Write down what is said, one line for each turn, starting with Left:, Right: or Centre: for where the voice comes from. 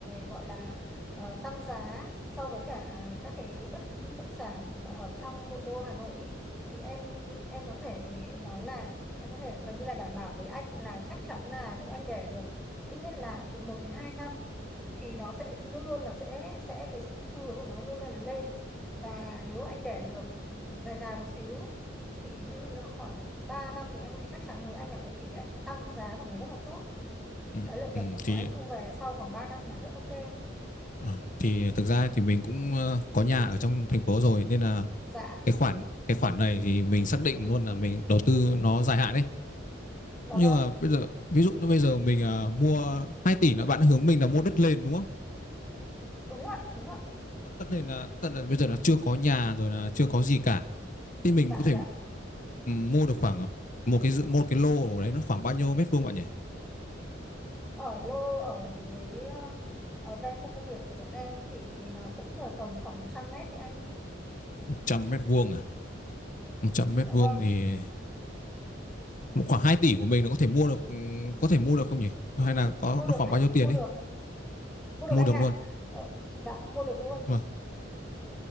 Centre: gọi là ờ, tăng giá so với cả các cái bất động sản mà ở trong nội đô Hà Nội ý, thì em em có thể nói là em có thể gần như là đảm bảo với anh là chắc chắn là nếu anh để được ít nhất là từ một đến 2 năm thì nó sẽ luôn luôn là sẽ sẽ cái xu hướng của nó luôn luôn là lên và nếu anh để được ừ, dài dài một xíu thì ví dụ như là khoảng 3 năm thì em có thể chắc chắn với anh là cái tỷ lệ tăng giá của nó rất là tốt
Left: ừ,
Centre: cái lợi nhuận
Left: ừ, thì
Centre: của anh thu về sau khoảng 3 năm là rất ok
Left: ờ, thì thực ra thì mình cũng ờ, có nhà ở trong thành phố rồi nên là
Centre: dạ
Left: cái khoản cái khoản này thì mình xác định luôn là mình đầu tư nó dài hạn đấy
Centre: dạ
Left: nhưng
Centre: vâng
Left: mà bây giờ ví dụ như bây giờ mình ờ, mua 2 tỷ là bạn hướng mình là mua đất nền đúng không
Centre: đúng ạ đúng ạ
Left: tất nhiên là tận là bây giờ là chưa có nhà rồi là chưa có gì cả thì mình
Centre: dạ
Left: có thể
Centre: dạ
Left: mua được khoảng một cái dự- một cái lô ở đấy nó khoảng bao nhiêu mét vuông bạn nhỉ
Centre: ở lô ở dưới ờ, ở ven khu công nghiệp của bọn em thì nó cũng ở tầm khoảng 100 mét đấy anh
Left: một trăm mét vuông à một trăm mét
Centre: dạ
Left: vuông
Centre: vâng
Left: thì một khoảng 2 tỷ của mình nó có thể mua được ừm, có thể mua được không nhỉ hay là có
Centre: mua
Left: nó
Centre: được
Left: khoảng
Centre: anh
Left: bao nhiêu tiền
Centre: mua được
Left: ấy
Centre: mua được
Left: mua
Centre: anh
Left: được
Centre: ạ
Left: luôn
Centre: Ờ, dạ mua được luôn
Left: vâng